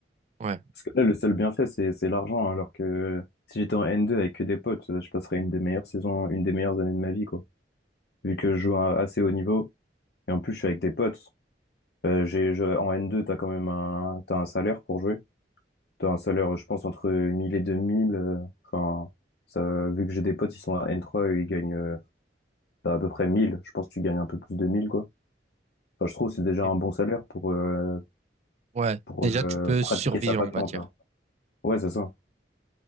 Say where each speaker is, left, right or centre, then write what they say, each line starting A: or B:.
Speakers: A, on the right (about 40°); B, on the left (about 65°).
A: Ouais.
B: Parce que là, le seul bienfait, c'est, c'est l'argent, hein, alors que si j'étais en N2 avec que des potes, je passerais une des meilleures saisons, une des meilleures années de ma vie, quoi. Vu que je joue à assez haut niveau, et en plus, je suis avec des potes. Euh, j'ai, je- en N2, t'as quand même un, t'as un salaire pour jouer. T'as un salaire, je pense, entre 1000 et 2000. euh, Enfin, ça, vu que j'ai des potes, ils sont à N3, eux, ils gagnent, euh, t'as à peu près 1000. Je pense que tu gagnes un peu plus de 1000, quoi. Enfin, je trouve que c'est déjà
A: ok.
B: un bon salaire pour, euh,
A: Ouais,
B: pour
A: déjà
B: euh,
A: tu peux
B: pratiquer
A: survivre,
B: sa passion,
A: on va dire.
B: tu vois. Ouais, c'est ça.